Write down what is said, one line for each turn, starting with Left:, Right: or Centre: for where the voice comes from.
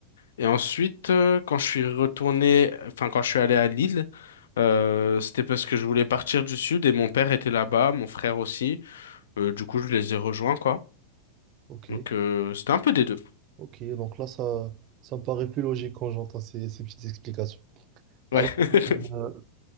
Left: Et ensuite, euh, quand je suis retourné, enfin, quand je suis allé à Lille, euh, c'était parce que je voulais partir du sud et mon père était là-bas, mon frère aussi. Euh, du coup, je les ai rejoints, quoi.
Right: Ok,
Left: Donc, euh, c'était un peu des deux.
Right: ok. Donc là, ça, ça me paraît plus logique quand j'entends ces, ces petites explications. Alors,
Left: Ouais, <laughs>
Right: euh,